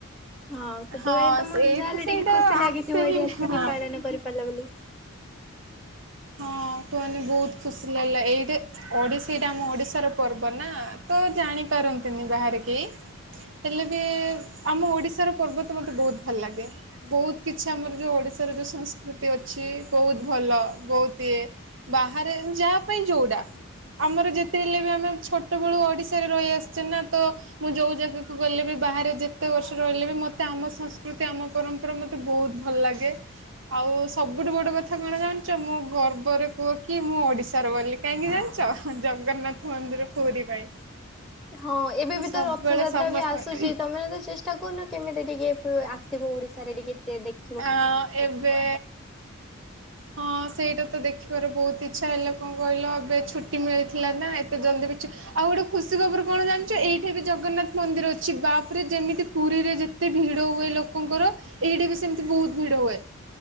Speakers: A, in the centre; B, on the right.
A: ହଁ ସେଥିପାଇଁ
B: ହଁ
A: ତ ମୁଁ
B: ସେଇଠୁ
A: ଯାହେଲେ
B: ସେଇଟା
A: ଟିକେ ଖୁସି ଲାଗିଥିବ
B: ଆସେ ହିଁ
A: ଏଇଠି ଆସିକି
B: ହଁ ହଁ
A: ପାଳନ କରିପାରିଲ ବୋଲି।
B: ହଁ କୁହନି ବହୁତ୍ ଖୁସିି ଲାଗିଲା ଏଇଟେ ଓଡିଶୀ ଏଇଟା ଆମ ଓଡିଶାର ପର୍ବ ନା ତ ଜାଣିପାରନ୍ତିନି ବାହାରେ କେଇ? ହେଲେବି ଆମ ଓଡିଶାର ପର୍ବ ତ ମୋତେ ବହୁତ ଭଲ ଲାଗେ। ବହୁତ କିଛି ଆମର ଯୋଉ ଓଡିଶାର ଯୋଉ ସଂସ୍କୃତି ଅଛି ବହୁତ ଭଲ। ବହୁତ ଇଏ, ବାହାରେ ଯା ପାଇଁ ଯୋଉଟା? ଆମର ଯେତେ ହେଲେ ବି ଆମେ ଛୋଟବେଳୁ ଓଡିଶାରେ ରହି ଆସ୍ଚେ ନା ତ ମୁଁ ଯୋଉ ଜାଗାକୁ ଗଲେ ବି ବାହାରେ ଯେତେ ବର୍ଷ ରହିଲେ ବି ମତେ ଆମ ସଂସ୍କୃତି ଆମ ପରମ୍ପରା ମତେ ବହୁତ୍ ଭଲ ଲାଗେ, ଆଉ ସବୁଠୁ ବଡ କଥା କଣ ଜାଣ୍ ଚ ମୁଁ ଗର୍ବରେ କୁହେ କି ମୁଁ ଓଡ଼ିଶାର ବୋଲି କାହିଁକି ଜାଣିଚ, ଜଗନ୍ନାଥ ମନ୍ଦିର ପୁରୀ ପାଇଁ।
A: ହଁ ଏବେ
B: ମୁଁ
A: ବି
B: ସବୁବେଳେ
A: ତ ରଥଯାତ୍ରା
B: ସମସ୍ତ
A: ବି ଆସୁଚି, ତମେ ତ ଚେଷ୍ ଟା କରୁନ କେମିତି ଟିକେ ଫୁ ଆସିବ ଓଡିଶାରେ ଟିକେ ଦେ ଦେଖ୍
B: ଆଁ ଏବେ ହଁ ସେଇଟା ତ ଦେଖିବାର ବହୁତ୍ ଇଚ୍ଛା ହେଲେ କଣ କହିଲ ଏବେ ଛୁଟି ମିଳୁଥିଲା ନା ଏତେ ଜଲ୍ଦି ବି ଛୁ ଆଉ ଗୋଟେ ଖୁସି ଖବର କଣ ଜାଣିଚ, ଏଇଠି ବି ଜଗନ୍ନାଥ୍ ମନ୍ଦିର ଅଛି ବାପରେ ଯେମିତି ପୁରୀରେ ଯେ ତେ ଭିଡ ହୁଏ ଲୋକଙ୍କର, ଏଇଟି ବି ସେମ୍ତି ବହୁତ୍ ଭିଡ ହୁଏ।